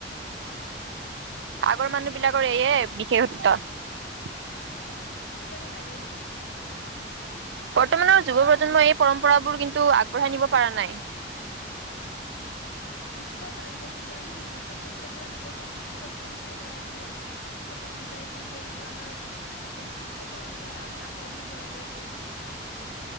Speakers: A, on the left; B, on the right.
A: হয়
B: আগৰ মানুহ বিলাকৰ এইয়ে বিশেষত্ব।
A: তাকেতো আজিকালি নায়েই সেইবোৰ
B: বৰ্তমানৰ যুৱ প্ৰজন্মই এই পৰম্পৰাবোৰ কিন্তু আগবঢ়াই নিব পৰা নাই
A: নিশ্চয় পাৰিব যদি আমি সিহঁতক সৰুৰে পৰা নিজৰ সংস্কৃতিৰ লগত পৰিচয় কৰাই দিও সিহঁতক বুজাই দিও যে এইবোৰ আমাৰ ঐতিহ্য পৰম্পৰা আমি আগুৱাই নিব লাগে এইবোৰ